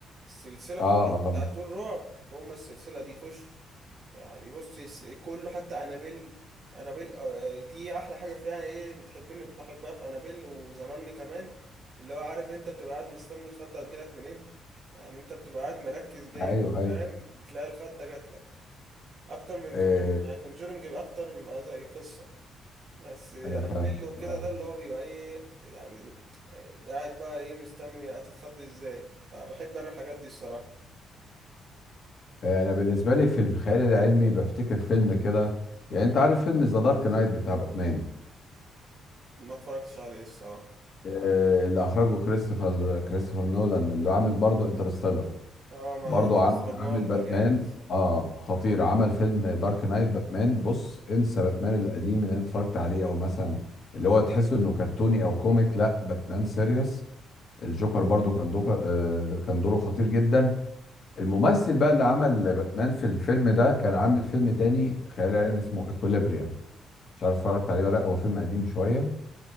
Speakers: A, on the right (about 55°); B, on the left (about 55°).
A: السلسلة
B: اه
A: كلها
B: اه
A: بتاعت الرعب هما السلسلة دي خش يعني بص الس- كله حتى أنابيل أنابيل آه، دي أحلى حاجة فيها إيه بتحبني بحبها في أنابيل وظنني كمان اللي هو عارف أنت بتبقى قاعد مستني الخضة هتجيلك منين يعني أنت بتبقى قاعد مركز جامد
B: ايوه ايوه
A: فاهم تلاقي الخضة جاتلك أكتر من
B: آه
A: كونجورينج يعني كونجورينج أكتر بيبقى زي قصة بس انابيل
B: انا فاهمك
A: وكده
B: اه
A: ده اللي هو بيبقى ايه يعني ال- قاعد بقى ايه مستني هتتخض ازاي فبحب انا الحاجات دي الصراحة
B: انا بالنسبه لي في الخيال العلمي بفتكر فيلم كده يعني انت عارف فيلم ذا دارك نايت بتاع باتمان
A: ما اتفرجتش عليه الصراحة
B: آه، اللي اخرجه كريستوفر كريستوفر نولان اللي عامل برضه انترستيلر
A: اه ما
B: برضه
A: كريستوفر
B: عامل
A: نول
B: عامل باتمان
A: ده جامد الصراحة
B: اه خطير عمل فيلم دارك نايت باتمان بص انسى باتمان القديم اللي انا اتفرجت عليه او مثلا اللي هو تحسه انه كرتوني او كوميك لا باتمان سيريس الجوكر برضه كان دوكر آه، كان دوره خطير جدا الممثل بقى اللي عمل باتمان في الفيلم ده كان عامل فيلم تاني خيال علمي اسمه ايكوليبريم مش عارف اتفرجت عليه ولا لا هو فيلم قديم شوية